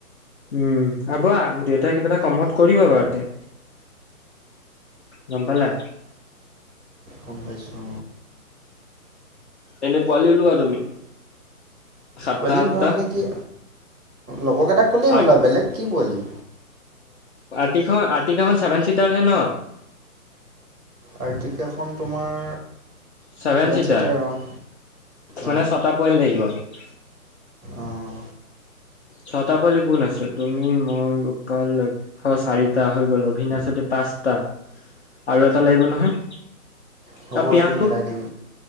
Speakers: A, on the left; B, on the right.
A: উম হব দেউতা কিবা এটা কমত কৰিব বু এতিয়া। গম পালা।
B: গম পাইছোঁ
A: এনে পোৱালি ওলোৱা তুমি। সাতটা
B: পোৱালি
A: আঠটা
B: লোৱা মানে কি। লগৰকেইটা ক'লেই হ'ল
A: আঠ
B: আৰু বেলেগ কি পোৱালি।
A: আ আৰ্টিকাখন ছেভেন চিটাৰ হে ন?
B: আৰ্টিকেলখন তোমাৰ
A: ছেভেন চিটাৰ?
B: ছিটাৰ অঁ অঁ
A: মানে ছটা পইণ্ট লাগিব।
B: অঁ
A: ছটা পোৱালি কোন আছে? তুমি, মই, গোপাল, লক্ষ্য চাৰিটা হৈ গল। অভিন আছে দুটা পাঁচটা আৰু এটা লাগিব নহয়।
B: হ'ব
A: আৰু প্ৰিয়াংকু
B: সেইটো মিলাই দিম।